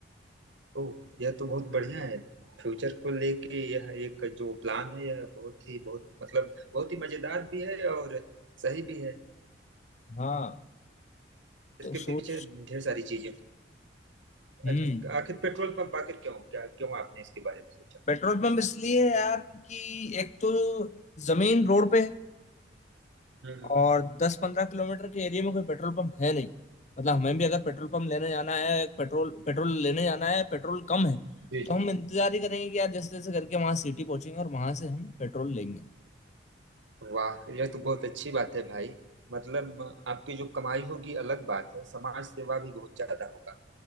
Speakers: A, on the right (about 80°); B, on the left (about 40°).
A: ओह यह तो बहुत बढ़िया है फ्यूचर को लेके यह एक जो प्लान है यह बहुत ही बहुत मतलब बहुत ही मजेदार भी है और सही भी है
B: हाँ
A: इसके
B: तो सोच
A: पीछे ढेर सारी चीजें
B: हम्म
A: अच्छा, आखिर पेट्रोल पंप आखिर क्यों क्या क्यों आपने इसके बारे में सोचा
B: पेट्रोल पंप इसलिए है यार कि एक तो जमीन रोड पे है
A: हम्म हम्म,
B: और
A: हम्म।
B: दस पंद्रह किलोमीटर के एरिया में कोई पेट्रोल पंप है नहीं मतलब हमें भी अगर पेट्रोल पंप लेने जाना है पेट्रोल पेट्रोल लेने जाना है पेट्रोल कम है
A: जी
B: तो
A: जी
B: हम इंतजार ही करेंगे कि यार जैसे जैसे करके वहां सिटी पहुंचेंगे और वहां से हम पेट्रोल लेंगे
A: वाह यह तो बहुत अच्छी बात है भाई मतलब आपकी जो कमाई होगी अलग बात है समाज सेवा भी बहुत ज्यादा होगा